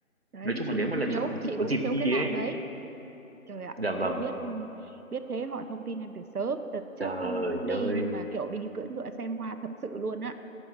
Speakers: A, on the right; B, on the right.
A: đấy
B: nói chung
A: chị
B: là nếu
A: cũng
B: mà lần
A: thiếu
B: sau mà chị
A: chị
B: có
A: cũng
B: dịp
A: thiếu
B: đi
A: cái lạc
B: ấy
A: đấy trời ạ
B: dạ
A: thế
B: vâng
A: biết biết thế hỏi thông tin em từ sớm đợt trước
B: trời
A: cũng đi
B: ơi
A: nhưng mà kiểu đi cưỡi ngựa xem hoa thật sự luôn á